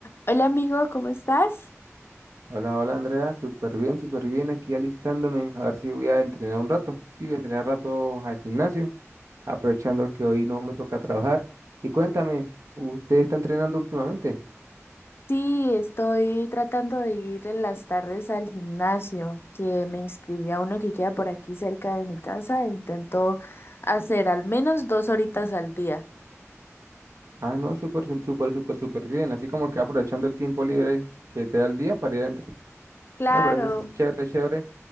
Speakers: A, on the left; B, on the right.
A: Hola amigo, ¿cómo estás?
B: Hola, hola Andrea, súper bien, súper bien, aquí alistándome, a ver si voy a entrenar un rato, sí, voy a entrenar un rato al gimnasio, aprovechando que hoy no me toca trabajar. Y cuéntame, ¿usted está entrenando últimamente?
A: Sí, estoy tratando de ir en las tardes al gimnasio, que me inscribí a uno que queda por aquí cerca de mi casa e intento hacer al menos dos horitas al día.
B: Ah, no, súper, sú- súper, súper, súper bien, así como que aprovechando el tiempo libre que te da el día para ir a entrenar,
A: Claro,
B: me parece chévere, chévere.